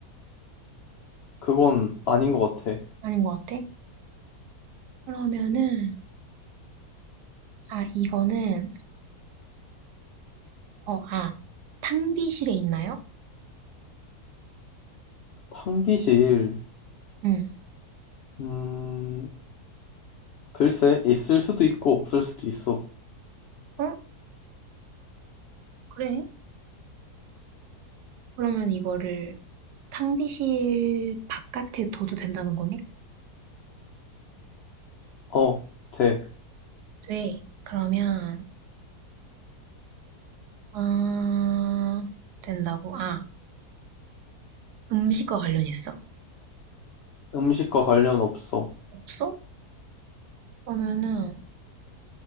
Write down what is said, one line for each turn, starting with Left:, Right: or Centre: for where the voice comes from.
Left: 그건 아닌 거 같아.
Right: 아닌 것 같아. 그러면은, 아, 이거는, 어, 아, 탕비실에 있나요?
Left: 탕비실,
Right: 응,
Left: 음, 글쎄, 있을 수도 있고 없을 수도 있어.
Right: 어? 그래. 그러면 이거를 탕비실 바깥에 둬도 된다는 거네?
Left: 어, 돼.
Right: 돼. 그러면, 아, 된다고? 아, 음식과 관련있어.
Left: 음식과 관련 없어.
Right: 없어? 그러면은,